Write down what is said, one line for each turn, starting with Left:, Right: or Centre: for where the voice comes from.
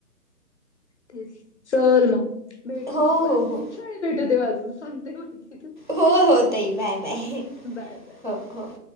Left: ते चल मगं, भेटू
Right: हो
Left: मगं, परतं
Right: हो
Left: चल
Right: हो
Left: पुढच्या वेळे भेटू तेव्हा अजून सांगते मगं.
Right: हो हो ताई, बाय-बाय
Left: बाय
Right: हो हो.